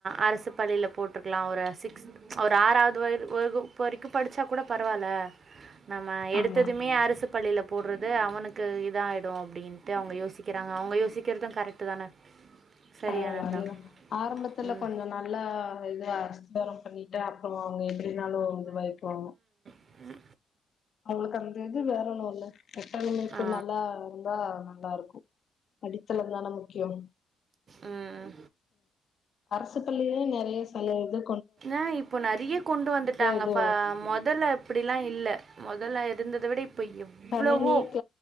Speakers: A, on the right; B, on the left.
A: அரசு பள்ளியில போட்டுருக் லா ஒரு சிக்ஸ்த் ஒரு ஆறாவது வ வரைக்கு படிச்சா கூட பரவாயில்ல நம்ம எடுத்ததுமே
B: ஆமா
A: அரசு பள்ளியில போடுறது அவனுக்கு இதாயிடு அப்டின்னு டு அவுங்க யோசிக்கிறாங்க அவுங்க யோசிக்கிறது கரெக்ட் தானே
B: <unintelligible>
A: சரியானது தான்
B: ஆரம்பத்துல
A: ம்
B: கொஞ்சோ நல்லா இதர பள்ளி அப்பொல அவுங்க எப்டின்னாலு வந்து வைப்பொ
A: உம்
B: அவுங்களுக்கு அந்த இது வேணனுல்ல கட்டமைப்பு
A: ஆ
B: நல்லா இருந்தா நல்லா இருக்கு அடித்தளோ தானே முக்கியோ
A: ஆ ஆ
B: அர்சு பள்ளிலேயே நறையா சலுக
A: ஆ இப்போ நெறைய கொண்டு வந்துட்டாங்க
B: இது
A: மொதல்ல அப்டிலா இல்ல மொதல்ல இருந்த விட இப்போ எவ்வளவோ
B: கணினிக்க